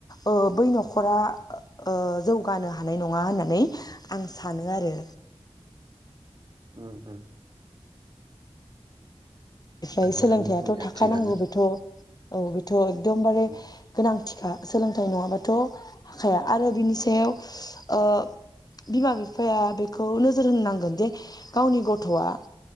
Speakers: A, on the left; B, on the right.
A: ओ बै न'खरा ओ जौगानो हानाय नङा होननानै आं सानो आरो।
B: उम उम।
A: ओमफ्राय
B: नोंथांनि
A: सोलोंथाइयाथ'
B: बुंनाया
A: थाखानांगौ
B: थिगानो
A: बेथ' औ एकदमबारे
B: औ
A: गोनां सोलोंथाइ नङाबाथ' हाखाया आरो बिनि सायाव ओ बिमा-बिफाया बेखौ नोजोर होनांगोनदि गावनि गथ'आ